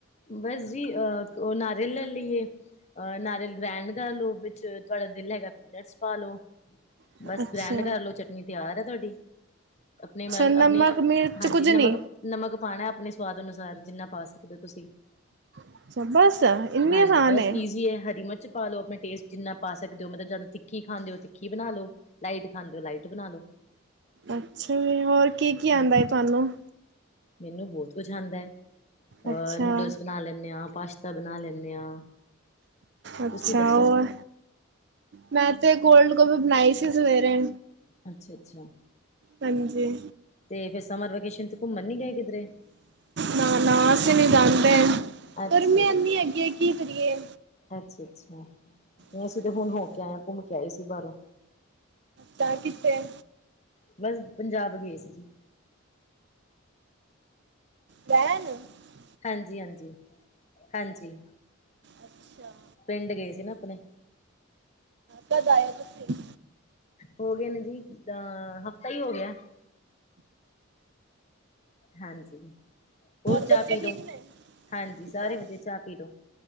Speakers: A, on the left (about 30°); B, on the right (about 55°).
A: ਬਸ ਜੀ ਅਹ ਉਹ ਨਾਰੀਅਲ ਲੈ ਲਈਏ ਅਹ ਨਾਰੀਅਲ ਗ੍ਰੈਂਡ ਕਰ ਲਓ ਵਿੱਚ ਤੁਹਾਡਾ ਦਿਲ ਹੈਗਾ ਪੀਨਟਸ ਪਾ ਲੋ
B: ਅੱਛਾ-ਅੱਛਾ-ਅੱਛਾ
A: ਬਸ ਗ੍ਰੈਂਡ ਕਰ ਲੋ ਚਟਨੀ ਤਿਆਰ ਹੈ ਤੁਹਾਡੀ ਆਪਣੇ
B: ਨਮਕ
A: ਆਪਣੀ
B: ਮਿਰਚ
A: ਹਾਂਜੀ
B: ਕੁੱਝ
A: ਨਮਕ
B: ਨੀ
A: ਨਮਕ ਪਾਣਾ ਆਪਣੇ ਸਵਾਦ ਅਨੁਸਾਰ ਜਿੰਨਾ ਪਾ ਸਕਦੇ ਹੋ ਤੁਸੀਂ
B: ਅੱਛਾ ਬਸ ਇੰਨੀ
A: ਹਾਂਜੀ
B: ਆਸਾਨ
A: ਬਸ
B: ਏ
A: ਈਜ਼ੀ ਹੈ ਹਰੀ ਮਿਰਚ ਪਾ ਲਓ ਆਪਣੇ ਟੇਸਟ ਜਿੰਨਾ ਪਾ ਸਕਦੇ ਹੋ ਮਤਲਬ ਜਦ ਤਿੱਖੀ ਖਾਂਦੇ ਹੋ ਤਿੱਖੀ ਬਣਾਲੋ ਲਾਈਟ ਖਾਂਦੇ ਲਾਈਟ ਬਣਾਲੋ
B: ਅੱਛਾ ਜ ਹੋਰ ਕੀ, ਕੀ ਆਉਂਦਾ
A: ਹਾਂਜੀ
B: ਹੈ ਤੁਹਾਨੂੰ?
A: ਮੈਨੂੰ ਬਹੁਤ ਕੁਛ ਆਂਦੈ ਅਹ
B: ਅੱਛਾ-ਅੱਛਾ
A: ਨੂਡਲਸ ਬਣਾ ਲੈਨੇ ਹਾਂ ਪਾਸ਼ਤਾ ਬਣਾ ਲੈਨੇਂ ਹਾਂ।
B: ਅੱਛਾ
A: ਤੁਸੀਂ ਦੱਸੋ
B: ਔਰ ਮੈਂ ਤੇ ਕੋਲਡ ਕੋਫੀ ਬਣਾਈ ਸੀ ਸਵੇਰੇ।
A: ਅੱਛਾ, ਅੱਛਾ
B: ਹਾਂਜੀ
A: ਤੇ ਫੇਰ ਸਮਰ ਵੈਕੇਸ਼ਨ ਚ ਘੁੰਮਣ ਨੀ ਗਏ ਕਿਧਰੇ?
B: ਨਾ, ਨਾ ਅਸੀਂ ਨੀ ਜਾਂਦੇ
A: ਅੱਛਾ
B: ਗਰਮੀ ਐਨੀ
A: ਜੀ
B: ਹੈਗੀ ਏ ਕੀ ਕਰੀਏ।
A: ਅੱਛਾ, ਅੱਛਾ ਨਹੀਂ
B: ਹਾਂਜੀ
A: ਅਸੀਂ ਤੇ ਹੁਣ ਹੋ ਕੇ ਆਏ ਹਾਂ ਘੁੰਮ ਕੇ ਆਏ ਸੀ ਬਾਹਰੋਂ।
B: ਦਾ ਕਿੱਥੇ।
A: ਬਸ ਪੰਜਾਬ ਗਏ ਸੀ ਜੀ।
B: ਗ ਨੂੰ <unintelligible>
A: ਹਾਂਜੀ, ਹਾਂਜੀ, ਹਾਂਜੀ
B: ਅੱਛਾ
A: ਪਿੰਡ ਗਏ ਸੀ ਨਾ ਆਪਣੇ।
B: ਕਦ ਆਏ ਤੁਸੀ?
A: ਹੋ ਗਏ ਨੇ ਜੀ ਦਾ ਹਫ਼ਤਾ ਹੀ ਹੋ ਗਿਆ। ਹਾਂਜੀ, ਹੋਰ ਚਾਹ
B: ਬੱਚੇ
A: ਪੀ
B: ਠੀਕ
A: ਲਓ
B: ਨੇ
A: ਹਾਂਜੀ, ਸਾਰੇ
B: ਬਸ
A: ਵਧੀਆ ਚਾਹ ਪੀ ਲਓ।